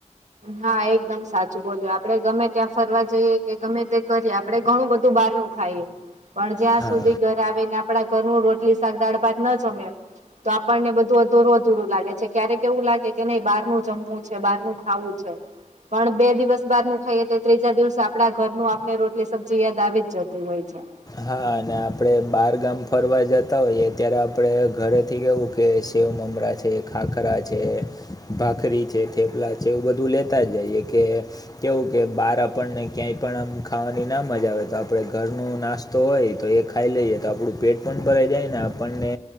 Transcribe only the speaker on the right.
હા, એકદમ સાચું બોલ્યા, આપડે ગમે ત્યાં ફરવા જઈએ કે ગમે તે કરીએ આપડે ઘણું બધું બહારનું ખાય, પણ જ્યાં
સુધી ઘર આવેને આપડા ઘરનું રોટલી-શાક, દાળ-ભાત ન જમે તો આપણને બધું અધુરું અધુરું લાગે છે. ક્યારેક એવું લાગે કે નહી બારનું જમવું છે બારનું ખાવું છે. પણ બે દિવસ બારનું ખાઈએ તો ત્રીજા દિવસ આપડા ઘરનું આપણે રોટલી સબ્જી યાદ આવી જ જતી હોય છે.